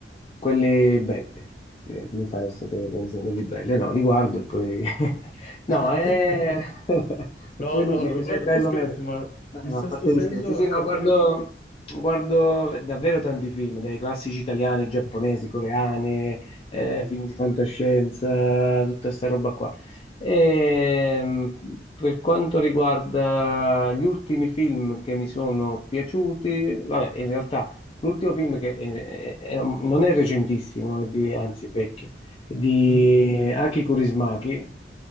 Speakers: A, on the left; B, on the left.
A: quelli belli, Eh, come fai a sapere quali sono quelli belli? No, li guardo e poi... <laughs> no,
B: <laughs>
A: eh, <laughs> e
B: No,
A: poi decido
B: no,
A: se
B: guarda,
A: è bello
B: tu scherzi,
A: o meno.
B: ma
A: No,
B: il
A: no,
B: sesto
A: a parte
B: senso
A: gli scherzi, sì,
B: a
A: no,
B: capire
A: guardo,
B: che...
A: guardo davvero tanti film, dai classici italiani, giapponesi, coreani, eh,
B: Mm.
A: film di fantascienza, tutta sta roba qua. E, mh, per quanto riguarda gli ultimi film che mi sono piaciuti, vabbè, in realtà l'ultimo film che è- è- è un- non è recentissimo, è di- anzi è vecchio, è di
B: Mm.
A: Aki Kaurismäki,